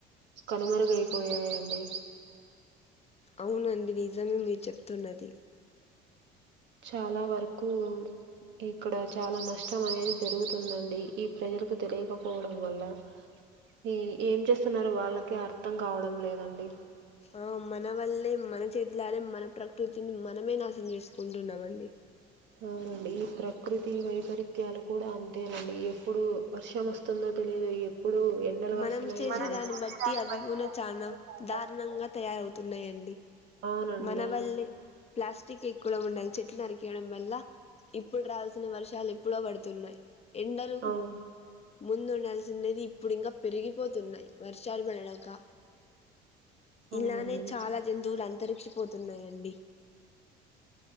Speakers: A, on the right (about 60°); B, on the left (about 30°).
A: కనుమరుగైపోయాయండి
B: అవునండి నిజమే మీరు చెప్తున్నది
A: చాలా వరకు ఇక్కడ చాలా నష్టం అనేది జరుగుతుందండి ఈ ప్రజలకు తెలియకపోవడం వల్ల ఈ ఏం చేస్తున్నారు వాళ్ళకి అర్థం కావడం లేదండి
B: ఆ మన వల్లే మన చేతిలాలే మన ప్రకృతిని మనమే నాశనం చేసుకుంటున్నామండి
A: అవునండి ఈ ప్రకృతి వైపరీత్యాలు కూడా అంతేనండి ఎప్పుడు వర్షం వస్తుందో తెలియదు ఎప్పుడు ఎండలు
B: మనం
A: వస్తున్నాయో
B: చేసే
A: మనం
B: దాన్ని
A: తెలియదు
B: బట్టి
A: చేసే దాన్ని
B: అవి గున చానా
A: అది కూడా చాలా
B: దారుణంగా తయారవుతున్నాయండి
A: అవునండి
B: మన వల్లే ప్లాస్టిక్ కూడా ఉండాలి చెట్లు నరి చేయడం వల్ల ఇప్పుడు రావాల్సిన వర్షం చాలా ఎప్పుడో పడుతున్నాయ్ ఎండలూ
A: అవును
B: ముందు ఉందాల్సిండేది ఇప్పుడు ఇంకా పెరిగిపోతున్నాయి వర్షాలు పడనాక
A: అవునండి
B: ఇలానే చాలా జంతువులు అంత అంతరిక్షిపోతున్నాయండి